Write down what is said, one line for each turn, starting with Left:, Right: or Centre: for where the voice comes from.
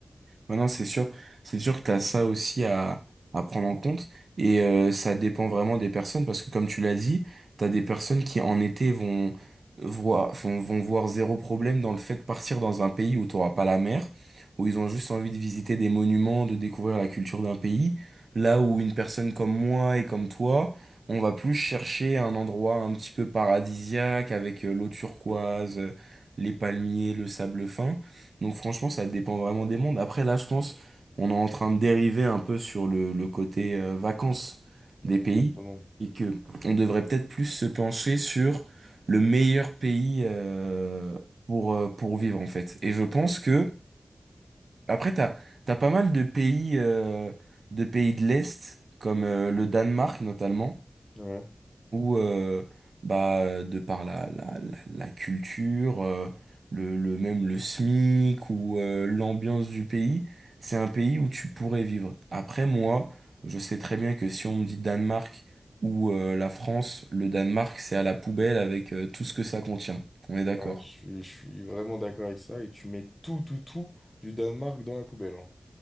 Right: Ouais, non, c'est sûr, c'est sûr que t'as ça aussi à, à prendre en compte et euh, ça dépend vraiment des personnes parce que comme tu l'as dit, t'as des personnes qui en été vont voir, vont, vont voir zéro problème dans le fait de partir dans un pays où t'auras pas la mer, où ils ont juste envie de visiter des monuments, de découvrir la culture d'un pays, là où une personne comme moi et comme toi, on va plus chercher un endroit un petit peu paradisiaque avec euh, l'eau turquoise, euh, les palmiers, le sable fin. Donc franchement, ça dépend vraiment des mondes. Après, là, je pense, on est en train de dériver un peu sur le, le côté euh, vacances des
Left: exactement.
Right: pays et que on devrait peut-être plus se pencher sur le meilleur pays euh, pour, euh, pour vivre en fait. Et je pense que après, t'as, t'as pas mal de pays euh, de pays de l'Est comme euh, le Danemark notamment
Left: Ouais,
Right: où euh, bah euh, de par la, la, la, la culture euh, le, le même le SMIC ou euh, l'ambiance du pays c'est un pays où tu pourrais vivre après moi je sais très bien que si on me dit Danemark ou euh, la France le Danemark c'est à la poubelle avec euh, tout ce que ça contient on est d'accord
Left: Ouais, je suis, je suis vraiment d'accord avec ça. Et tu mets tout, tout, tout du Danemark dans la poubelle. hein.